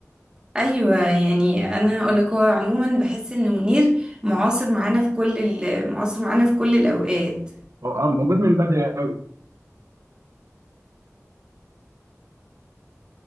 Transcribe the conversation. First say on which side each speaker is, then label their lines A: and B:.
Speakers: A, on the right (about 15°); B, on the right (about 65°).
A: ايوه يعني انا هقول لك هو عموما بحس ان منير معاصر معانا في كل ال- معاصر معانا في كل الاوقات
B: هو اه موجود من بدري قوي